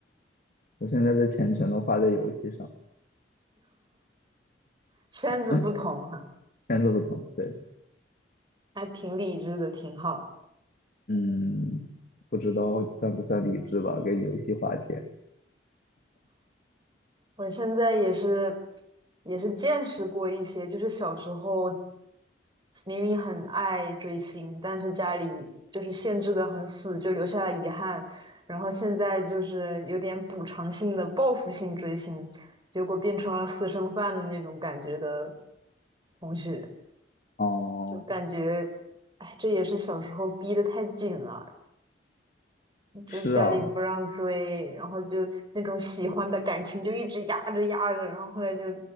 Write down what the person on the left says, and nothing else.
我现在在全程都花在游戏上，
<laughs> 现在都不同，对。
嗯，不知道算不算理智吧，跟游戏花钱。
哦，
是啊，